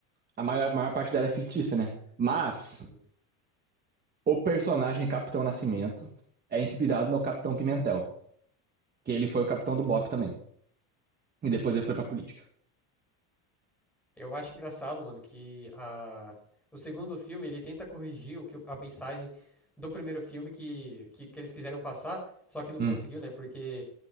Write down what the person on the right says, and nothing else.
A maior, a maior parte dela é fictícia, né? Mas
o personagem Capitão Nascimento é inspirado no Capitão Pimentel, que ele foi
o capitão do BOPE também. E depois ele foi pra política.
Hum.